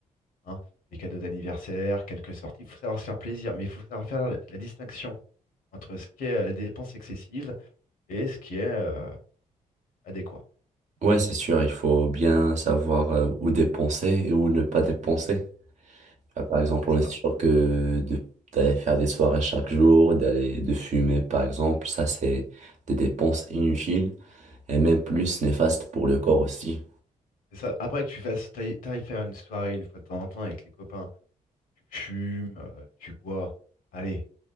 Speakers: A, on the left; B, on the right.
A: hein. Les cadeaux d'anniversaire, quelques sorties, il faut savoir se faire plaisir, mais il faut savoir faire la la distinction. entre ce qui est euh, la dépense excessive et ce qui est euh, adéquat.
B: Ouais, c'est sûr. Il faut bien savoir euh, où dépenser et où ne pas dépenser. Ah, Par exemple,
A: C'est
B: on
A: ça.
B: est sûr que de- d'aller faire des soirées chaque jour, d'aller de fumer, par exemple, ça, c'est des dépenses inutiles. et même plus néfaste pour le corps aussi.
A: C'est ça. Après que tu fasses, t'ailles t'ailles faire une soirée une fois de temps en temps avec les copains, tu fumes, euh, tu bois, allez,